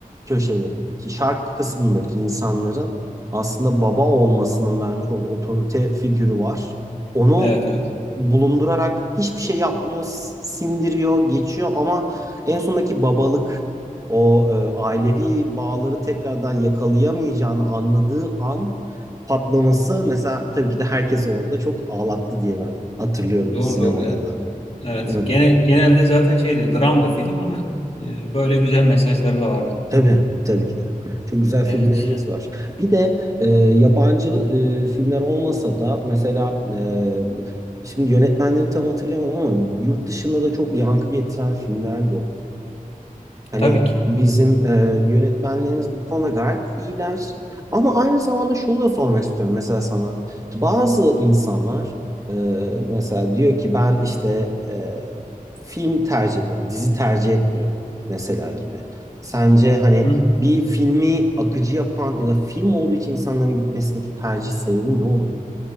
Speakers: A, on the right; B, on the left.
A: köşelerindeki, şark kısmındaki insanların aslında baba olmasının vermiş olduğu otorite figürü var. Onu
B: evet evet.
A: bulundurarak hiçbir şey yapmıyor, s- sindiriyor, geçiyor ama en sondaki babalık o e, ailevi bağları tekrardan yakalayamayacağını anladığı an patlaması mesela tabii ki de herkes orada çok ağlattı diye ben hatırlıyorum
B: Doğru
A: sinemada
B: doğru. Evet.
A: da.
B: Evet.
A: Evet,
B: Gene, genelde zaten şeydi, dramdı film ama e, böyle güzel mesajları da vardı.
A: tabii tabii ki de. Çok güzel filmlerimiz
B: Evet.
A: var. Bir de e, yabancı e, filmler olmasa da mesela e, şimdi yönetmenlerini tam hatırlayamadım ama yurt dışında da çok yankı getiren filmler de oldu. Hani
B: Tabii ki.
A: bizim e, yönetmenlerimiz bu konuda gayet iyiler. Ama aynı zamanda şunu da sormak istiyorum mesela sana. Bazı insanlar e, mesela diyor ki ben işte e, film tercih ediyorum, dizi tercih etmiyorum mesela gibi. Sence hani
B: Hı.
A: bir filmi akıcı yapan ya da film olduğu için insanların gitmesindeki tercih sebebi ne olur